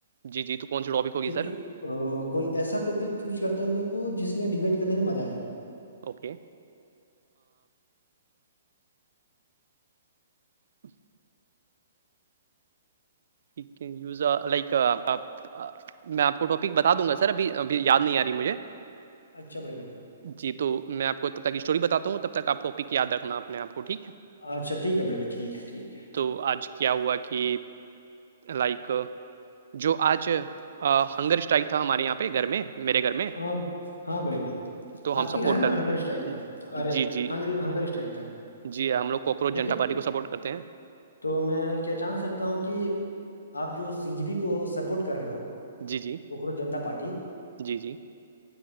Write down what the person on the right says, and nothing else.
جی جی تو کون سی ٹاپک ہوگی
سر
اوکے ہی ھ یوز لائک آپ میں آپ کو ٹاپک بتا دوں گا سر ابھی ابھی یاد نہیں آ رہی مجھے
جی تو میں آپ کو تب تک اسٹوری بتا ہوں تب تک آپ اپک یاد رکھنا آ میں آپ ٹھیک ہے
تو آج کیا ہوا کہ لائک جو آج ہنگر اسٹائک تھا ہمارے یہاں پہ گھر میں میرے گھر میں
تو ہم
سپورٹ
کرتے
جی جی
جی ہم لوگ کوکروج
جنتا پارٹی کو سپورٹ کرتے ہیں
جی جی
جی جی